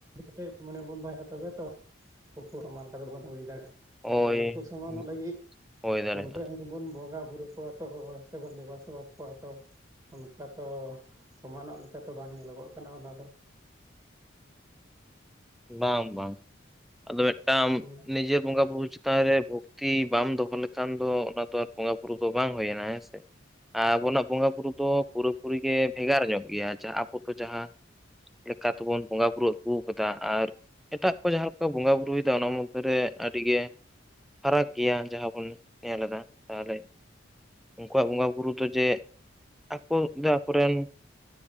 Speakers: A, on the right; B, in the centre.
A: ᱠᱮᱴᱮᱡ ᱢᱚᱱᱮ ᱵᱚᱱ ᱫᱚᱦᱚᱭᱟ ᱛᱚᱵᱮ ᱛᱚ ᱩᱱᱠᱩ ᱥᱚᱢᱟᱱ ᱞᱮᱠᱟ ᱫᱚ ᱵᱚᱱ ᱦᱩᱭ ᱫᱟᱲᱮᱭᱟᱜᱼᱟ
B: ᱦᱳᱭ
A: ᱟᱫᱚ ᱩᱱᱠᱩ ᱥᱚᱢᱟᱱᱚᱜ
B: ᱦᱳᱭ
A: ᱞᱟᱹᱜᱤᱫ
B: ᱦᱳᱭ ᱫᱟᱲᱮᱭᱟᱜᱼᱟ
A: ᱩᱱᱠᱩ ᱨᱮᱱ ᱵᱚᱱ ᱵᱚᱸᱜᱟ ᱵᱩᱨᱩ ᱠᱚᱣᱟ ᱛᱚ ᱥᱮᱵᱚᱱ ᱫᱮᱵᱟ ᱥᱮᱵᱟ ᱠᱚᱣᱟ ᱛᱚ ᱚᱱᱠᱟᱛᱚ ᱥᱚᱢᱟᱱᱚᱜ ᱞᱮᱠᱟᱛᱮ ᱵᱟᱝ ᱧᱮᱞᱚᱜᱚᱜ ᱠᱟᱱᱟ ᱚᱱᱟᱫᱚ
B: ᱵᱟᱝ ᱵᱟᱝ ᱟᱫᱚ ᱢᱤᱫᱴᱟᱝ
A: ᱦᱩᱸ
B: ᱱᱤᱡᱮᱨ ᱵᱚᱸᱜᱟ ᱵᱩᱨᱩ ᱪᱮᱛᱟᱱ ᱨᱮ ᱵᱷᱚᱠᱛᱤ ᱵᱟᱢ ᱫᱚᱦᱚ ᱞᱮᱠᱷᱟᱱ ᱫᱚ ᱚᱱᱟ ᱫᱚ ᱟᱨ ᱵᱚᱸᱜᱟ ᱵᱩᱨᱩ ᱫᱚ ᱵᱟᱝ ᱦᱩᱭᱮᱱᱟ ᱦᱮᱸ ᱥᱮ ᱟ ᱟᱵᱚᱱᱟᱜ ᱵᱚᱸᱜᱟ ᱵᱩᱨᱩ ᱫᱚ ᱯᱩᱨᱟᱹ ᱯᱩᱨᱤ ᱜᱮ ᱵᱷᱮᱜᱟᱨ ᱧᱚᱜ ᱜᱮᱭᱟ ᱡᱟᱦᱟᱸ ᱟᱵᱚ ᱫᱚ ᱡᱟᱦᱟᱸ ᱞᱮᱠᱟᱛᱮᱵᱚᱱ ᱵᱚᱸᱜᱟ ᱵᱩᱨᱩ ᱟᱹᱜᱩ ᱟᱠᱟᱫᱟ ᱟᱨ ᱮᱴᱟᱜ ᱠᱚ ᱡᱟᱦᱟᱸ ᱞᱮᱠᱟ ᱠᱚ ᱵᱚᱸᱜᱟ ᱵᱨᱩᱭᱮᱫᱟ ᱚᱱᱟ ᱢᱚᱫᱽ ᱨᱮ ᱟᱹᱰᱤ ᱜᱮ ᱯᱷᱟᱨᱟᱠ ᱜᱮᱭᱟ ᱡᱟᱦᱟᱸ ᱵᱚᱱ ᱧᱮᱞ ᱮᱫᱟ ᱛᱟᱦᱚᱞᱮ ᱩᱱᱠᱩᱣᱟᱜ ᱵᱚᱸᱜᱟ ᱵᱩᱨᱩ ᱫᱚ ᱡᱮ ᱟᱠᱚ ᱡᱮ ᱟᱠᱚᱨᱮᱱ